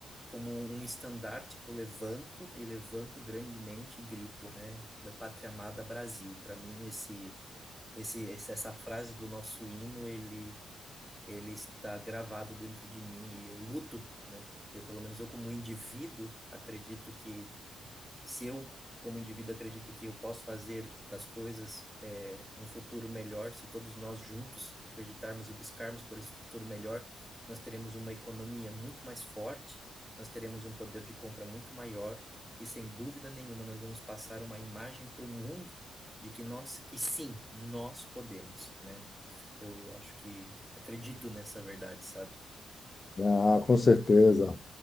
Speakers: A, in the centre; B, on the left.
A: como um estandarte que eu levanto e levanto grandemente e grito, né? Minha pátria amada Brasil. Para mim, esse, esse, esse- essa frase do nosso hino, ele, ele está gravado dentro de mim e eu luto, né? Pelo menos eu, como indivíduo, acredito que se eu, como indivíduo, acredito que eu posso fazer das coisas é, um futuro melhor, se todos nós juntos acreditarmos e buscarmos por esse futuro melhor, nós teremos uma economia muito mais forte, nós teremos um poder de compra muito maior e, sem dúvida nenhuma, nós vamos passar uma imagem para o mundo de que nós, que sim, nós podemos, né? Eu acho que acredito nessa verdade, sabe?
B: né? Ah, com certeza.